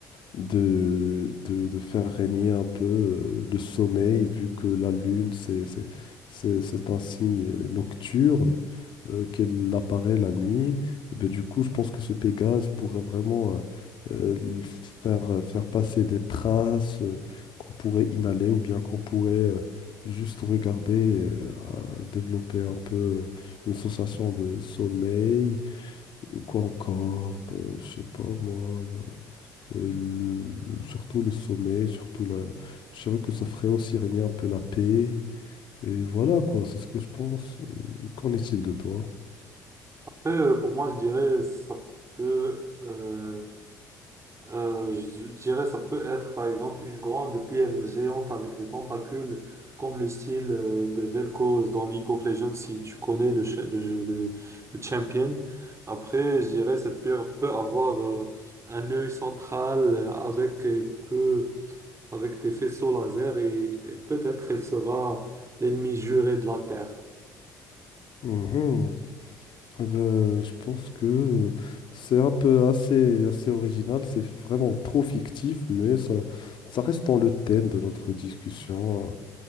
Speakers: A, on the left; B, on the right.
A: de, de, de faire régner un peu euh, le sommeil, vu que la Lune, c'est, c'est, c'est- c'est un signe euh, nocturne, euh, qu'elle apparaît la nuit. Et ben, du coup, je pense que ce Pégase pourrait vraiment euh, euh, le faire, euh, faire passer des traces euh, qu'on pourrait inhaler ou bien qu'on pourrait euh, juste regarder, euh, à développer un peu euh, une sensation de sommeil. Euh, Quoi encore? Ben, je sais pas, moi. ben, euh, le- le- surtout le sommeil, surtout la... Je dirais que ça ferait aussi régner un peu la paix. Et voilà quoi, c'est ce que je pense. Euh, qu'en est-il de toi?
B: Après, euh, pour moi, je dirais, ça peut euh, Euh, je je dirais ça peut être par exemple une grande pierre géante avec des tentacules comme le style euh, de Vel'Koz dans League of Legends si tu connais le, cha- le, jeu- le, le champion. Après, je dirais cette pierre peut avoir euh, un œil central euh, avec elle peut avec des faisceaux laser et, et peut-être elle sera l'ennemi juré de la Terre.
A: Mhm. Eh ben, je pense que c'est un peu assez, assez original, c'est vraiment trop fictif, mais ça, ça reste dans le thème de notre discussion.